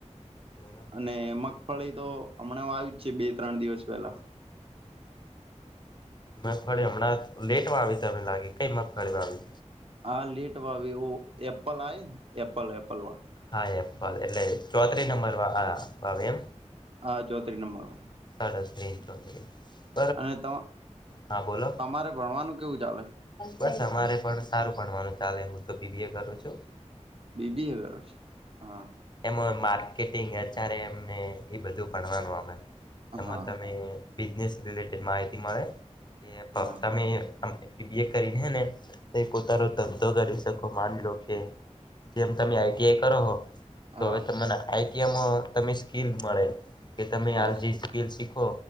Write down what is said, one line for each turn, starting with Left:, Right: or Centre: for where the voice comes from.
Left: એવું એમ
Right: અને મગફળી તો હમણાં આવી જ છે, બે-ત્રણ દિવસ પહેલા.
Left: મગફળીણા લેટમાં આવી લાગે, ક મગફળીમાં આવી.
Right: હા, લીટ વાવું, એપલ આવેયને, એપલ એપલ વાળા.
Left: હા, એપાલ એટલે ચોત્રીસ નંબર હવા એમ.
Right: હા, ચૌત્રીસ નંબર.
Left: સાડાો સ્્રેન્ચવા છે <unintelligible>
Right: અને તો,
Left: હા બોલો
Right: તમારે ભણવાનું કેવું ચાલે?
Left: બસ, અમારે પણ સારું ભણવાનું ચાલે, હું તો બીબી એ કરું છું.
Right: બી. બી. એ, હમ.
Left: એમ માર્કેટિંગ, એચઆરે એમને એ બધું ભણવાનું આવે.
Right: હા
Left: એમાં તમે બિઝનેસ રિલેટેડ માહિતી મળે કે પબ
Right: હા
Left: તમે અમ બીએ કરીને હે ને તે પોતાનો ધંધો કરી શકો માની લો કે જેમ તમે આઈટીઆઈ કરો હો
Right: હા
Left: તો હવે તમને આઈટીઆઈમાં તમે સ્કીલ મળે. કે તમે
Right: હા
Left: હાલ જે સ્કીલ શીખો